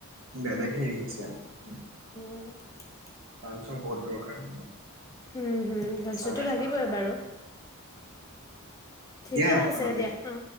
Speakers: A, on the right (about 60°); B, on the left (about 15°).
A: বেলেগ হেৰি আছে আৰু।
B: উ টি‌টি
A: লাঞ্চৰ বহুত দৰকাৰ
B: উম হম ভালছুতো
A: চাইন্সৰ
B: লাগিবই, বাৰু ঠিকে
A: দিয়া
B: আছে
A: হ'ব
B: দিয়া অ।